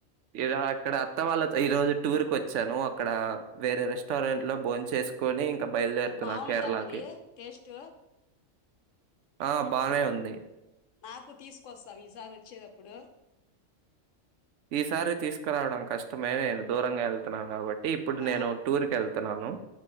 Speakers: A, on the right; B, on the left.
A: ఇడ ఇక్కడ అత్త వాళ్ళతో ఈ రోజు టూర్ కోచ్చాను అక్కడ వేరే రెస్టారెంట్ లో బోంచేస్ కొని ఇంకా బయలుదేరుతున్నా
B: బాగుందా
A: కేరళకి
B: మరి టేస్ట్
A: ఆ బానే ఉంది
B: నాకు తీసుకొస్తా ఈసారి వచ్చేదప్పుడు
A: ఈసారి తీసుకురావడం కష్టమే నేను దూరంగా వెళ్తున్నాను కాబట్టి ఇప్పుడు నేను
B: ఆ
A: టూర్ కెల్ నాను